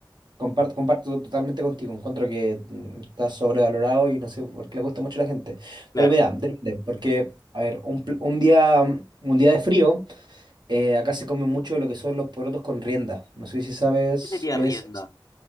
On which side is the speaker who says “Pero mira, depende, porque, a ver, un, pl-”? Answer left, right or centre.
Right